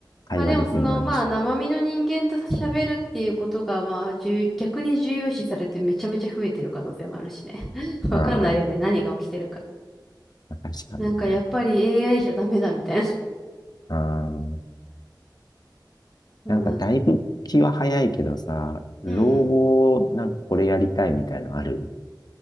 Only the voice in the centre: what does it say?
まあでもその、まあ生身の人間と喋るっていうことが、まあ重逆に重要視されてめちゃめちゃ増えてる可能性もあるしね。<laughs> わかんないよね。
何が起きてるか。
なんかやっぱり AI じゃダメだみたいな。そ
うなんだ。
うん